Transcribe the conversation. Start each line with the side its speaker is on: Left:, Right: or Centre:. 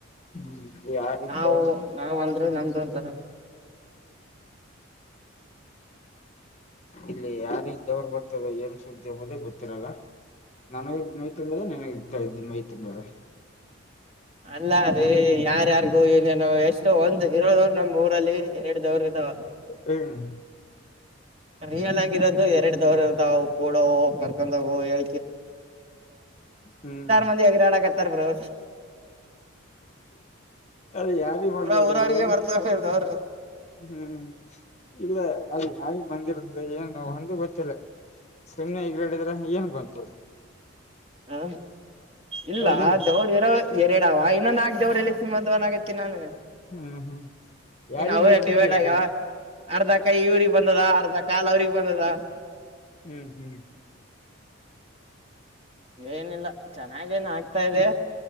Left: ಹ್ಮ್ ಯಾರಿಗ್
Right: ನಾವವು
Left: ದೇವ್ರ
Right: ನಾವವು್ ಅಂದ್ರೆ ನಮ್ದ ಅಂತಾರ.
Left: ಇಲ್ಲಿ ಯಾರಿಗೆ ದವರ್ ಬರ್ತದೋ ಏನ್ ಸುದ್ದಿ ಅಂಬುದೇ ಗೊತ್ತಿರಲ್ಲ ನನಗೆ ಮೈ ತುಂಬದ್ ನನಗೆ ಇರ್ತಾ ಇದ್ದ ಮೈ ತುಂಬದ್
Right: ಅಲ್ಲ ರೀ ಯಾರ್ಯಾರ್ಗೋ ಇ ನಾ ಎಷ್ಟೋ ಒಂದ್ ಇರವರು ನಮ್ ಊರಲ್ಲಿ ಎರಡ್ ದವ್ರ ಇದ್ದಾವ
Left: ಹ್ಮ್
Right: ರಿಯಲ್ ಆಗಿರೋದು ಎರಡ್ ದವ್ರದವು ಕೂಡ್ ಕರ್ಕೊಂಡ ಹೇ
Left: ಹ್ಮ್
Right: ಮಂದಿ ಎಗರಾಡಕತ್ತಾರ ಬ್ರೋ
Left: ಅದ ಯಾರಿ ಬಂದದ
Right: ಪೂರಾ ಊರವ್ರಿಗೆ
Left: ಯಾರಿ
Right: ಬರ್ತವ್ರ ಅವ್ರು
Left: ಹ್ಮ್ <inaudible> ಇಲ್ಲ ಅಲ್ಲಿ ನಾವಿ ಬಂದಿರದ ಏನು ಹೊಂದ ಗೊತ್ತಿಲ್ಲ ಸುಮ್ಮನೆ ಈಗರುಡಿದ್ರೆ ಏನ್ ಬಂತ್.
Right: ಹಾ ಇಲ್ಲ
Left: ಹೌದಿಲ್ಲ
Right: ಅ ದೇವ್ರಿರವೇ ಎರಡ ಅವ ಇನ್ನ ನಾಕ್ ದೇವರ್ ಇಲ್ಲಿ ಸಿಮ ದವನಾಗತ್ತ ನಾನು
Left: ಹ್ಮ್ ಹ್ಮ್ ಯಾರಿಗ್
Right: ಇನ್ ಅವೆ
Left: ಮೈ
Right: ಡಿವೈಡ್
Left: ತುಂಬಿರ್ತದೆ
Right: ಆಗ್ಯಾವ ಅರ್ಧ ಕೈ ಇವ್ರಿಗೆ ಬಂದದ ಅರ್ಧ ಕಾಲ್ ಅವ್ರಗ್ ಬಂದದ
Left: ಹ್ಮ್ ಹ್ಮ್ ಹ್ಮ್
Right: ಏನಿಲ್ಲ ಚೆನ್ನಾಗ ನ್ ಹಾಕ ತಾ ಇದೆ